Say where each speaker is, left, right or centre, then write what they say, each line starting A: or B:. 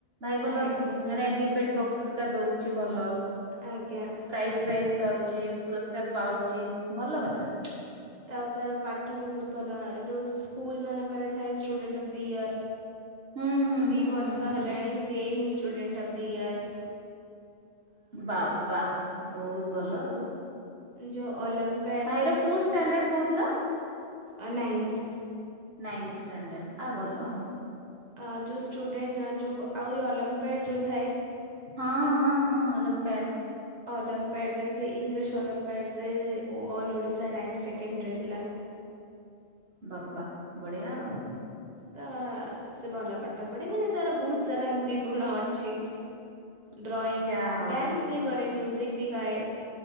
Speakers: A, on the right (about 65°); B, on the right (about 40°).
A: ଭାଇ ଭଲ,
B: ଆଜ୍ଞା
A: ମାନେ ଡିବେଟ ବକ୍ତୃତା ଦଉଛି ଭଲ।
B: ଆଜ୍ଞା।
A: ପ୍ରାଇଜ ଫାଇଜ ପାଉଛି, ପୁରସ୍କାର ପାଉଛି, ଭଲ କଥା।
B: ତାଉ ତାର ପାଠ ବି ବହୁତ ଭଲ ହଏ, ଯୋଉ ସ୍କୁଲ ମାନେକରେଥାଏ ଷ୍ଟୁଡେଣ୍ଟ ଅଫ୍ ଦି ଇୟର
A: ହୁଁ ହୁଁ
B: ଦି
A: ହୁଁ
B: ବର୍ଷ
A: ହୁଁ ହୁଁ
B: ହେଲାଣି ସେ ହିଁ ଷ୍ଟୁଡେଣ୍ଟ୍ ଅଫ ଦି ଇଅର୍।
A: ବାବା, ବହୁତ ଭଲ ଆଉ।
B: ଯୋଉ ଓଲମ୍ପ
A: ଭାଇର କୋଉ ଷ୍ଟାଣ୍ଡାର୍ଡ କହୁଥିଲ?
B: ଅ ନାଇଁଥ।
A: ନାଇନ୍ଥ ଷ୍ଟାଣ୍ଡାର୍ଡ଼, ଆ ଭଲ ଆଉ।
B: ଆ ଯୋଉ ଷ୍ଟୁଡେଣ୍ଟ ଯୋଉ ଆଉରି ଅଲମ୍ପିଆଡ଼୍ ଯୋଉ ଥାଏ
A: ହଁ ହଁ ହଁ ଅଲମ୍ପ୍ୟାଡ
B: ଅଲମ୍ପ୍ୟାଡରେ, ସେ ଇଂଲିଶ ଅଲମ୍ପ୍ୟାଡରେ ଓ ଅଲ୍ ଓଡ଼ିଶା ର଼୍ୟାଙ୍କ ସେକେଣ୍ଡରେ ଥିଲା।
A: ବାବା ବଢିଆ ଆଉ।
B: ତ ସେ ଭଲ ପାଠ ପଢେ, ମାନେ ତାର ବହୁତ ସାରା ଏମିତି ଗୁଣ ଅଛି।
A: <inaudible>
B: ଡ୍ରଇଂ,
A: ଯାହା ହଉ
B: ଡାନ୍ସ ବି କରେ ମ୍ୟୁଜିକ ବି ଗାଏ।